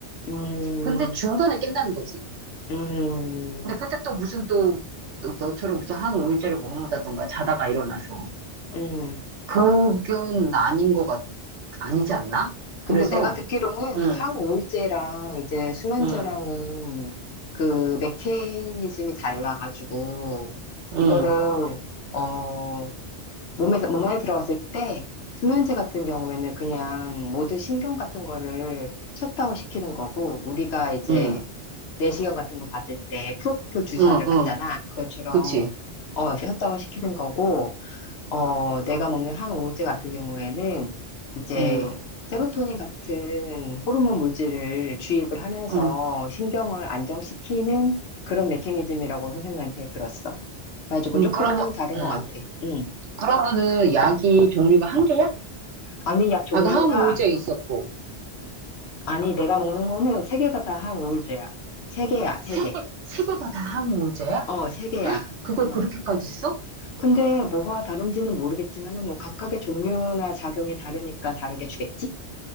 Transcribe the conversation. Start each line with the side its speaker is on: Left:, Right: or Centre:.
Left: 음.
Right: 근데 중간에 깬다는 거지.
Left: 음,
Right: 근데 그때 또 무슨 또 너- 처럼 무슨 한 5일짜를 먹는다던가 자다가 일어나서
Left: 음.
Right: 그건 아닌 것 같, 아니지 않나?
Left: 근데
Right: 그래서
Left: 내가 듣기로는
Right: 응,
Left: 항우울제랑 이제 수면제랑은
Right: 응,
Left: 그 메커니즘이 달라가지고,
Right: 응,
Left: 이거를, 어, 몸에, 몸 안에 들어갔을 때, 수면제 같은 경우에는 그냥 모든 신경 같은 거를 셧다운 시키는 거고, 우리가 이제
Right: 응,
Left: 내시경 같은 거 받을 때 프로포폴 주사를
Right: 응,
Left: 받잖아.
Right: 응,
Left: 그것처럼,
Right: 그치?
Left: 어, 셧다운 시키는 거고, 어, 내가 먹는 항우울제 같은 경우에는 이제
Right: 응,
Left: 세로토닌 같은 호르몬 물질을 주입을 하면서
Right: 응,
Left: 신경을 안정시키는 그런 메커니즘이라고 선생님한테 들었어. 그래가지고
Right: 응,
Left: 조금은
Right: 그러면,
Left: 다른
Right: 응.
Left: 것 같아. 응.
Right: 그러면은 약이 종류가 한 개야?
Left: 아니, 약 종류가,
Right: 아까 항우울제 있었고
Left: 아니, 내가 먹는 거는 세 개가 다 항우울제야. 세 개야, 세
Right: 세
Left: 개.
Right: 개, 세 개가 다 항우울제야?
Left: 어, 어, 세 개야.
Right: 그걸
Left: 응.
Right: 그렇게까지 써?
Left: 근데 뭐가 다른지는 모르겠지만은 뭐 각각의 종류나 작용이 다르니까 다르게 주겠지?